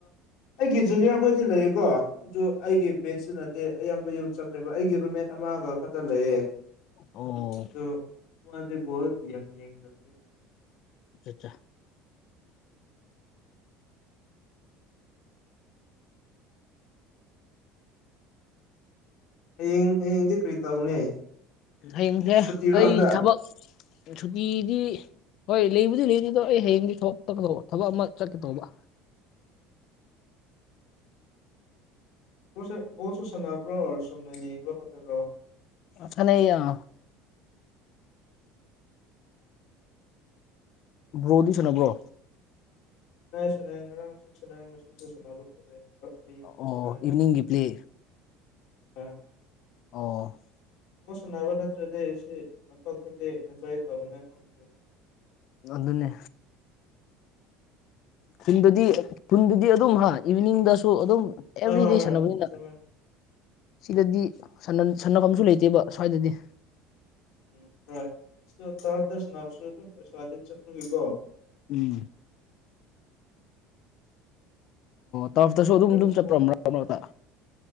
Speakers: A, on the left (about 75°); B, on the left (about 55°).
A: ꯑꯩꯒꯤ ꯖꯨꯅꯤꯌꯔ ꯈꯣꯏꯗꯤ ꯂꯩꯌꯦꯀꯣ꯫ ꯑꯗꯨ ꯑꯩꯒꯤ ꯕꯦꯠꯁꯤꯅꯗꯤ ꯑꯌꯥꯝꯕ ꯌꯨꯝ ꯆꯠꯈ꯭ꯔꯦꯕ ꯑꯩꯒꯤ ꯔꯨꯝꯃꯦꯠ ꯑꯃꯥꯒ ꯈꯛꯇ ꯂꯩꯌꯦ
B: ꯑꯣ
A: ꯑꯗꯣ ꯃꯥꯁꯦ ꯕꯣꯜ ꯌꯥꯝ ꯌꯦꯡꯗꯕꯅꯤꯗ
B: ꯑꯆꯠꯆꯥ
A: ꯍꯌꯦꯡ ꯍꯌꯦꯡꯗꯤ ꯀꯔꯤ ꯇꯧꯅꯤ
B: ꯍꯌꯦꯡꯁꯦ
A: ꯁꯨꯇꯤꯔꯣ
B: ꯑꯩ
A: ꯍꯟꯗꯛ
B: ꯊꯕꯛ ꯁꯨꯇꯤꯗꯤ ꯍꯣꯏ ꯂꯩꯕꯨꯗꯤ ꯂꯩꯅꯤ ꯑꯗꯣ ꯑꯩ ꯍꯌꯦꯡꯗꯤ ꯊꯕꯛ ꯇꯣꯛꯀꯗꯧꯕ ꯊꯕꯛ ꯑꯃ ꯆꯠꯀꯦ ꯇꯧꯕ
A: ꯕ꯭ꯔꯣꯁꯦ ꯕꯣꯜꯁꯨ ꯁꯅꯥꯕ꯭ꯔꯣ ꯆꯨꯝꯅ ꯌꯦꯡꯕ ꯈꯛꯇꯪꯔꯣ
B: ꯁꯥꯅꯩꯑꯦ ꯕ꯭ꯔꯣꯗꯤ ꯁꯥꯅꯕ꯭ꯔꯣ
A: ꯁꯥꯅꯩꯏꯌꯦ ꯁꯥꯅꯩꯏꯌꯦ ꯉꯥꯔꯥꯡꯁꯨ ꯁꯥꯅꯩꯌꯦ ꯉꯁꯤꯁꯨ ꯁꯥꯅꯕ ꯆꯠꯂꯦ ꯑ ꯍꯌꯦꯡꯁꯨ
B: ꯑꯣ
A: ꯁꯥꯅꯒꯅꯤ
B: ꯏꯚꯤꯅꯤꯡꯒꯤ ꯄ꯭ꯂꯦ
A: ꯑꯥ
B: ꯑꯣ
A: ꯕꯣꯜ ꯁꯥꯟꯅꯕ ꯅꯠꯇ꯭ꯔꯗꯤ ꯁꯤ ꯂꯝꯄꯥꯛꯇꯗꯤ ꯑꯦꯟꯖꯣꯏ ꯇꯧꯅꯤꯡꯉꯥꯏ ꯈꯪꯗꯦꯗ
B: ꯑꯗꯨꯅꯦ ꯈꯨꯟꯗꯗꯤ ꯈꯨꯟꯗꯗꯤ ꯑꯗꯨꯝ ꯍꯥ ꯏꯚꯤꯅꯤꯡꯗꯁꯨ ꯑꯗꯨꯝ ꯑꯦꯕ꯭ꯔꯤꯗꯦ
A: ꯍꯣꯏ ꯍꯣꯏ ꯍꯣꯏ
B: ꯁꯥꯟꯅꯕꯅꯤꯅ
A: ꯆꯨꯝꯃꯦ
B: ꯁꯤꯗꯗꯤ ꯁꯥꯟꯅꯐꯝꯁꯨ ꯂꯩꯇꯦꯕ ꯁ꯭ꯋꯥꯏꯗꯗꯤ
A: ꯎꯝ ꯍꯣꯢ ꯇꯥ꯭ꯔꯞ ꯇ ꯁꯥꯅꯕꯁꯨ ꯑꯗꯨꯝ ꯄꯩꯁꯥ ꯆꯠꯄꯒꯤꯀꯣ
B: ꯎꯝ ꯇꯥꯔꯞꯇꯁꯨ ꯑꯗꯨꯝ
A: ꯍꯣꯏ
B: ꯑꯗꯨꯝ ꯆꯠꯄ꯭ꯔꯣ ꯃꯔꯛ ꯃꯔꯛꯇ